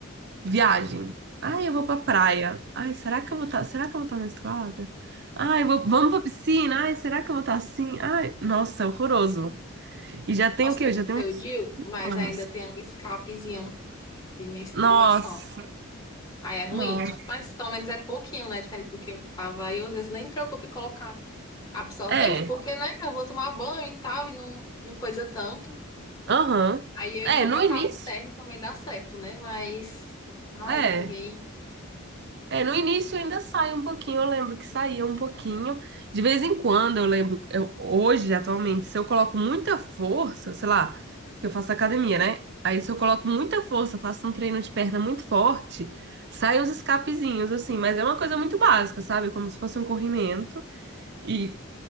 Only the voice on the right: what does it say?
Viagem. Ai, eu vou pra praia. Ai, será que eu vou estar, será que eu vou estar menstruada? Ai, eu vou, vamos pra piscina. Ai, será que eu vou estar assim? Ai, nossa, é horroroso. E já tem
o quê?
Eu
já tenho uns
cinco
anos.
Nossa,
nossa.
É,
aham.
É, no
início,
é.
É, no início ainda sai um pouquinho, eu lembro que saía um pouquinho. De vez em quando, eu lembro, eu- hoje, atualmente, se eu coloco muita força, sei lá, que eu faço academia, né? Aí se eu coloco muita força, faço um treino de perna muito forte, saem uns escapezinhos, assim, mas é uma coisa muito básica, sabe? Como se fosse um corrimento e,